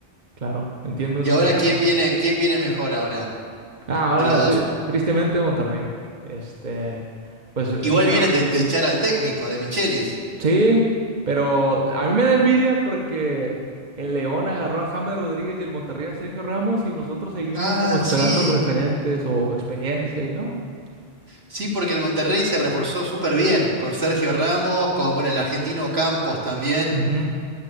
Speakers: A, on the right (about 45°); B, on the right (about 70°).
A: Claro, entiendo eso
B: Y ahora,
A: perfecto.
B: ¿quién viene, quién viene mejor ahora
A: Ah, ahora,
B: de los dos?
A: tri- tristemente, Monterrey. Este, pues,
B: Igual
A: y,
B: vienen de, de echar al técnico, a De Michelis.
A: Sí, pero a mí me da envidia porque el León agarró a James Rodríguez y el Monterrey a Sergio Ramos y nosotros seguimos
B: Ah,
A: como esperando
B: sí.
A: referentes o experiencia y no.
B: Sí, porque el Monterrey se reforzó súper bien con Sergio Ramos, con bueno, el argentino Campos también.
A: Ujú.